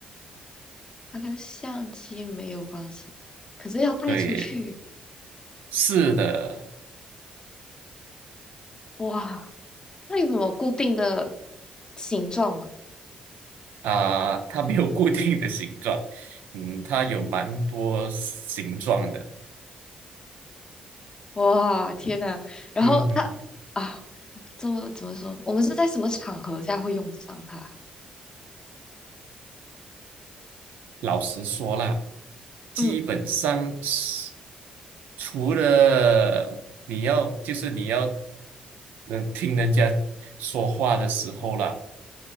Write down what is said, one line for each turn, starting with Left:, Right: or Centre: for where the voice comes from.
Left: 它跟相机没有关系，可是要带出去，
Right: 对，是的，
Left: 哇，那有什么固定的形状吗？
Right: 啊、它没有固定的形状，嗯，它有蛮多形状的，
Left: 哇，天呐，然后它
Right: 嗯哼，
Left: 啊，这么怎么说？我们是在什么场合下会用得上它？
Right: 老实说啦，基本上是
Left: 嗯。
Right: 除了你要就是你要嗯听人家说话的时候啦，